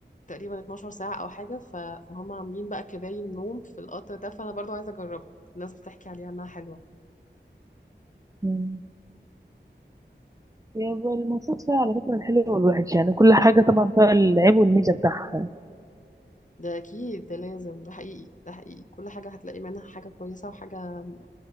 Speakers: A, on the left; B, on the right.
A: تقريبا 12 ساعة أو حاجة ف- فهم عاملين بقى كباين نوم في القطر ده فأنا برضو عايزة أجربها الناس بتحكي عليها إنها حلوة
B: مم. هي المواصلات فيها على فكرة الحلو والوحش يعني كل حاجة طبعا فيها العيب والميزة بتاعها
A: ده أكيد ده لازم ده حقيقي ده حقيقي كل حاجة هتلاقي منها حاجة كويسة وحاجة